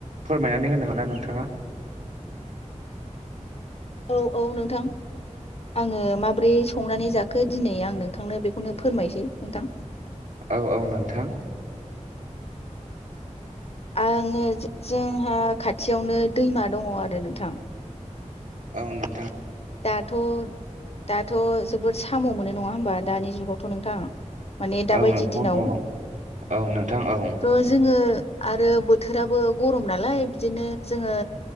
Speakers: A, on the right (about 80°); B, on the left (about 55°).
A: फोरमायनानै होनो हाना नोंथाङा <unintelligible>
B: औ-औ नोंथां। आङो माबोरै संनानै जाखो दिनै आं नोंथांनो बेखौनो फोरमायसै नोंथां।
A: औ-औ नोंथां।
B: आङो जोंहा खाथियावनो दैमा दङ आरो नोंथां।
A: औ नों
B: दाथ' दाथ' जोबोद साम' मोनो नङा होमबा दानि जुगावथ' नोंथां माने दाबायदि
A: औ नोंथां
B: दिनाव
A: औ औ नोंथां औ
B: त' जोङो आरो बोथोराबो गरम नालाय बिदिनो जोङो